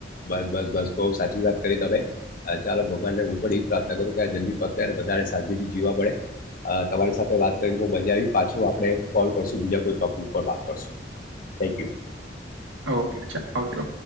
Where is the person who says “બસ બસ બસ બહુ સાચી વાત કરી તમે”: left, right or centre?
Left